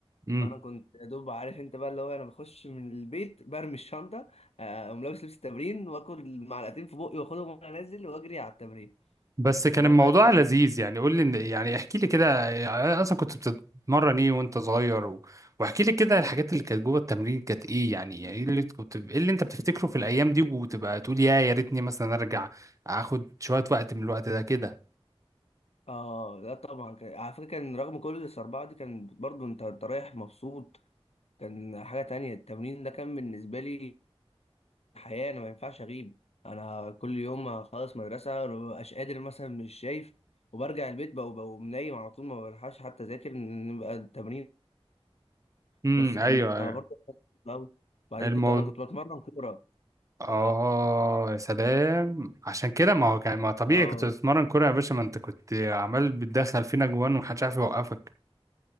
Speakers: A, on the right; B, on the left.
A: ايوه
B: فانا كنت يا دوب عارف انت بقى اللي هو انا بخش من البيت برمي الشنطه آه، اقوم لابس لبس التمرين واكل معلقتين في بقي واخدهم وانا نازل واجري على التمرين
A: بس كان
B: اروح
A: الموضوع
B: بقى التمرين.
A: لذيذ يعني قول لي إن- يعني احكي لي كده يعني اصلا كنت بتتمرن ايه وانت صغير و... واحكي لي كده الحاجات اللي كانت جوه التمرين كانت ايه يعني يعني ايه اللي كنت ايه اللي انت بتفتكره في الايام دي وتبقى تقول يا يا ريتني مثلا ارجع اخد شوية وقت من الوقت ده كده
B: اه لا طبعا كان- على فكره كان رغم كل الصربعه دي كان برضو انت انت رايح مبسوط كان حاجه تانية التمرين ده كان بالنسبه لي حياه انا ما ينفعش اغيب انا كل يوم اخلص مدرسه ما ببقاش قادر مثلا مش شايف وبرجع البيت بقى وبقى نايم على طول ما بلحقش حتى اذاكر نبقى التمرين
A: امم
B: بس كان
A: ايوه
B: بيبقى
A: ايوه
B: برضه قوي بعدين
A: الموضوع
B: كنت انا كنت بتمرن كوره
A: اه
B: ف
A: يا سلام عشان كده ما هو كان ما طبيعي
B: اه
A: كنت بتتمرن كوره يا باشا ما انت كنت عمال بتدخل فينا جوان ومحدش عارف يوقفك